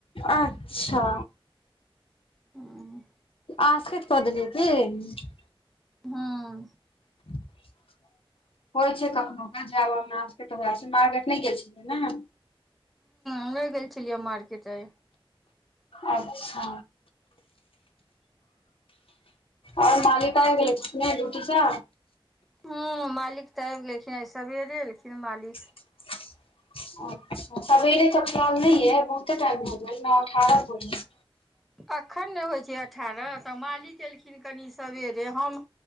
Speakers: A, on the left; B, in the centre.
A: अच्छा
B: हूंम्म
A: आसकैत क देलीयै की
B: हूंम्म
A: <inaudible> होइ छै कखनो के जाब तऽएह मार्केट नहि गेल छियै ने
B: हमे गेल छलियै मार्केट आय
A: अच्छा आओर मालिका आबि गेलथि कि नहि ड्युटी सँ
B: हूंम्म मालिक तऽ आबि गेलखिन आय सबेरे एलखिन मालिक
A: <inaudible> अच्छा सवेरे तऽ टाइम नहि अय बहुते टाइम हो गेल नौ अठारह भऽ गेल
B: एखन नहि होइ छै अठारह तऽ मालिक एलखिन कनि सवेरे हम